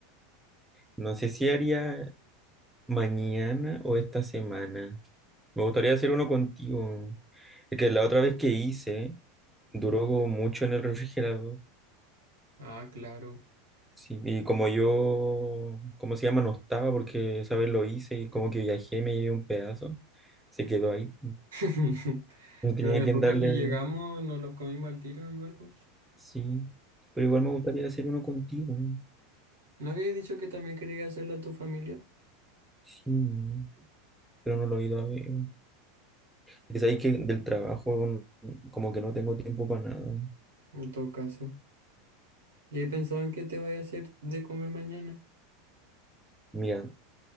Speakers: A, in the centre; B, on the right.
A: no sé si haría mañana o esta semana. Me gustaría hacer uno contigo. Es que la otra vez que hice, duró como mucho en el refrigerador.
B: Ah, claro.
A: Sí, y como yo, ¿cómo se llama? No estaba porque esa vez lo hice y como que viajé me llevé un pedazo. Se quedó ahí.
B: <laughs>
A: No tenía
B: Pero después
A: quien darle,
B: cuando llegamos nos los comimos al tiro igual. pues.
A: sí. Pero igual me gustaría hacer uno contigo.
B: ¿No habías dicho que también querías hacerlo a tu familia?
A: Sí, pero no lo he ido a ver. Es que sabéis que del trabajo como que no tengo tiempo para nada.
B: En todo caso. ¿Y ahí pensaban que te vaya a hacer de comer mañana?
A: Mira,